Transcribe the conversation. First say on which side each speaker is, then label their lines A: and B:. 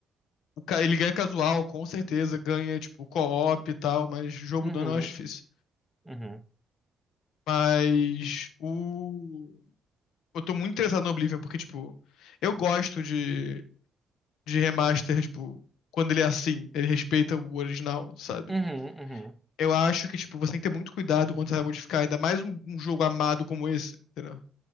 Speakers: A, on the left; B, in the centre.
A: o ca- Ele ganha casual, com certeza. Ganha, tipo, co-op e tal, mas jogo
B: Uhum.
A: do ano eu acho difícil.
B: Uhum,
A: Mas o. Eu tô muito interessado no Oblivion, porque, tipo, eu gosto de, de remaster, tipo, quando ele é assim, ele respeita o original, sabe?
B: uhum, uhum.
A: Eu acho que, tipo, você tem que ter muito cuidado quando você vai modificar, ainda mais um, um jogo amado como esse, entendeu?